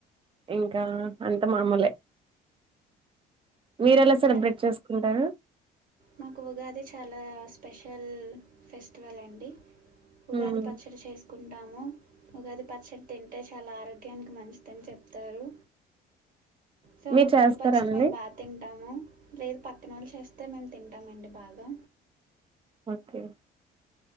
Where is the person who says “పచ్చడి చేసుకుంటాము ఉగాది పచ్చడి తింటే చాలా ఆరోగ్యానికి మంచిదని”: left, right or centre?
Right